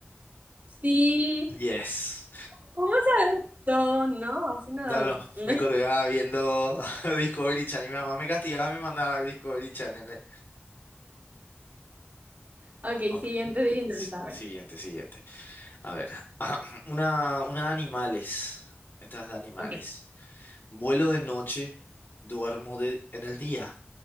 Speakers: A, on the right; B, on the left.
A: Sí,
B: Yes.
A: ¿cómo sabes todo? No, así no
B: No,
A: da gusto.
B: no,
A: <laughs>
B: me colgaba viendo <laughs> Discovery Channel y mi mamá me castigaba, me mandaba a ver Discovery Channel. eh.
A: Ok,
B: Ok.
A: siguiente adivinanza,
B: S-
A: a ver.
B: Siguiente, siguiente. A ver, <clears throat> una, una de animales. Esta es de animales.
A: Ok,
B: Vuelo de noche, duermo de, en el día